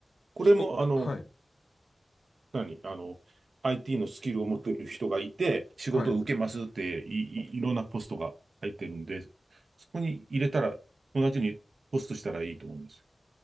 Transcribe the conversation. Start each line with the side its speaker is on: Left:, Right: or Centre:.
Right: これも、
Left: ちょっと、
Right: あの、
Left: はい、
Right: 何あの、IT のスキルを持っている人がいて、仕事を受けますってい、
Left: はい。
Right: い、いろんなポストが入ってるんで、そこに入れたら、同じにポストしたらいいと思います。